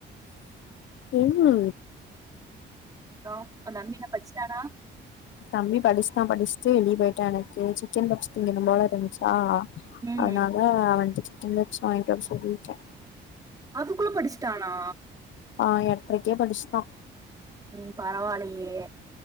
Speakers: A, on the left; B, on the right.
A: என்ன
B: அப்புறோ உ தம்பி என்ன படிச்சிட்டானா
A: தம்பி படிச்சுட்டா படிச்சுட்டு வெளிய போய்ட்டா எனக்கு சிக்கன் பப்ஸ் திங்கினு போல இருந்ச்சா
B: ம்
A: அதனால அவன்ட்ட சிக்கன் பப்ஸ் வாங்கிட்டு வர சொல்லிருக்க
B: அதுக்குள்ள படிச்சிட்டானா
A: ஆ எட்ரைக்கே படிச்சிட்டா
B: ம் பரவாலயே